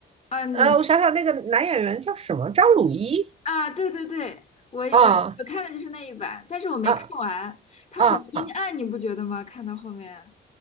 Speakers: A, on the left; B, on the right.
A: 嗯，
B: 呃，我想想，那个男演员叫什么？张鲁一？
A: 啊，对对对，我我我看的就是那一版，
B: 啊
A: 但是我没看完，
B: 啊
A: 它好阴暗，
B: 啊啊！
A: 你不觉得吗？看到后面，